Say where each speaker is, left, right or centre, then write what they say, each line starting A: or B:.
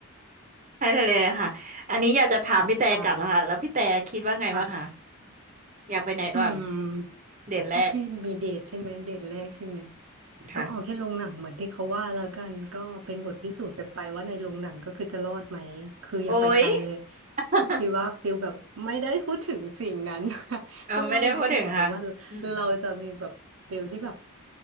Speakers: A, on the right; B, on the right.
A: ไปทะเลเลยค่ะอันนี้อยากจะถามพี่แต่กลับแล้วค่ะแล้วพี่แต่คิดว่าไงบ้างคะ
B: <laughs> ค่ะค่ะ
A: อยากไปไหนก่อน
B: อืม
A: เดทแรก
B: ถ้าพี่มีเดทใช่ไหมเดทแรกใช่ไหม
A: ค่ะ
B: ก็เอาแค่โรงหนังเหมือนที่เขาว่าแล้วกันก็เป็นบทพิสูจน์กันไปว่าในโรงหนังก็คือจะรอดไหมคืออย่าไปไกลเลย
A: โอ้ย <laughs>
B: คือว่าฟิลแบบไม่ได้พูดถึงสิ่งนั้น <laughs>
A: เอาไม่ได้พูดถึงค่ะอืม
B: จะรอดไหมคือหมายถึงว่า เราจะมีแบบฟิลที่แบบ